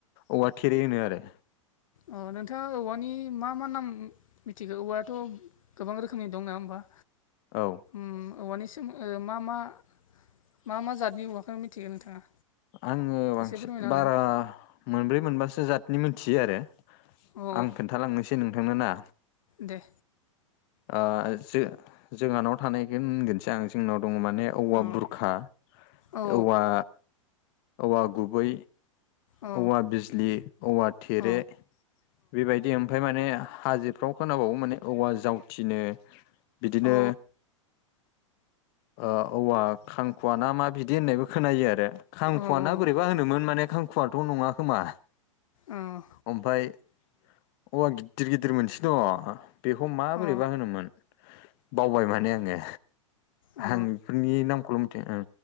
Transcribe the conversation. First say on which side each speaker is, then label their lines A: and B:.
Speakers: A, on the left (about 50°); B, on the left (about 80°).
A: औवा थेरे होनो आरो।
B: अ नोंथाङा औवानि मा- मा नाम मिथिगौ? औवायाथ' गोबां रोखोमनि दं नङा होमबा?
A: औ।
B: ओम औवानि सोमोन मा- मा- मा -मा जातनि औवाखौ मिथियो नोंथाङा?
A: आङो बांसिन
B: एसे फोरमायना होलाय
A: बारा मोनब्रै मोनबासो जातनि मोनथियो आरो।
B: औ
A: आं खोन्थालांनोसै नोंथांनोना।
B: दे।
A: आ जो -जोंहानाव थानायखो होनगोनसै आं जोंनाव दङ माने औवा
B: अ
A: बुरखा
B: औ
A: औवा औवा गुबै,
B: औ
A: औवा बिजलि, औवा थेरे
B: औ
A: बेबायदि ओमफ्राय माने हाजोफ्राव खोनाबावो माने औवा जावथिनो। बिदिनो
B: औ
A: ओ औवा खांखुवा ना मा बिदि होननायबो खोनायो आरो खांखुवा
B: औ
A: आ ना बोरैबा होनोमोन माने खांखुआथ' नङा खोमा
B: अ
A: आमफाय औवा गिदिर-गिदिर मोनसे दङ बेखौ माबोरैबा
B: अ
A: होनोमोन। बावबाय माने आङो
B: अ
A: आं बेफोरनि नामखौल' मिथि ओ